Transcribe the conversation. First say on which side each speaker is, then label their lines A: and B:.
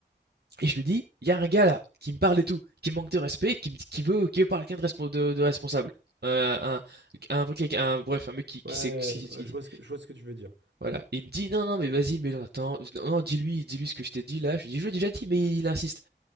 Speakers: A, on the right; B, on the right.
A: Et je lui dis, il y a un gars là qui me parle et tout, qui me manque de respect, qui, me qui veut, qui veut parler avec quelqu'un de, respo- de- de responsable. Euh, un, un truc avec un, bref, un mec qui, qui
B: ouais, ouais,
A: sait ce qu'il ce
B: ouais,
A: qu'il
B: je
A: dit.
B: vois ce que, je vois ce que tu veux dire.
A: Voilà. Et il me dit, non, non, mais vas-y, mais non, attends, non, non, dis-lui, dis-lui ce que je t'ai dit là. Je lui dis, je l'ai déjà dit, mais il insiste.